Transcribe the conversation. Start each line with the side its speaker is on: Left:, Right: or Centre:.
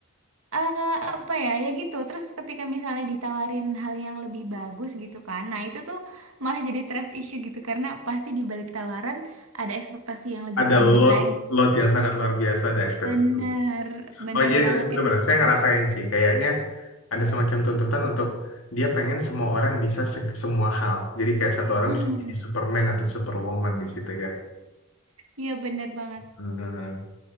Right: eh apa ya ya gitu terus ketika misalnya ditawarin hal yang lebih bagus gitu kan nah itu tuh malah jadi trust issue gitu karena pasti di balik tawaran ada ekspektasi yang lebih
Left: ada
Right: tinggi
Left: load
Right: lagi
Left: load yang sangat luar biasa ada ekspektasi
Right: Bener,
Left: dulu.
Right: bener
Left: Oh iya,
Right: banget
Left: benar-benar.
Right: kayak gitu.
Left: Saya ngerasain sih, kayaknya ada semacam tuntutan untuk dia pengen semua orang bisa se- semua hal. Jadi kayak satu orang
Right: Hmm,
Left: bisa
Right: hmm.
Left: jadi
Right: hmm.
Left: Superman atau Superwoman di situ ya.
Right: Iya bener banget.
Left: Hmm.